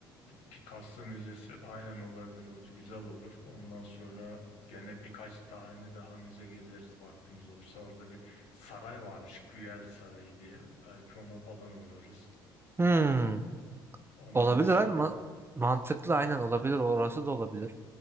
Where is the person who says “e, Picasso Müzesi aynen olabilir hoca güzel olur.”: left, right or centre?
Left